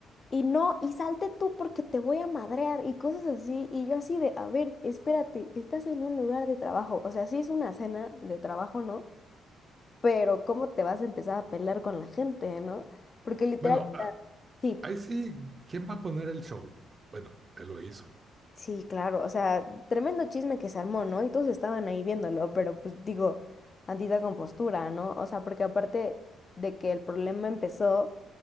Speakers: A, on the left; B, on the right.
A: y no, y salte tú porque te voy a madrear y cosas así. Y yo así de, a ver, espérate, estás en un lugar de trabajo. O sea, sí es una cena de trabajo, ¿no? pero ¿cómo te vas a empezar a pelear con la gente, no? Porque literal,
B: Bueno,
A: o
B: ah,
A: sea, sí,
B: ahí sí, ¿quién va a poner el show? Bueno, él lo hizo.
A: sí, claro, o sea, tremendo chisme que se armó, ¿no? Y todos estaban ahí viéndolo, pero pues digo, tantita compostura, ¿no? O sea, porque aparte de que el problema empezó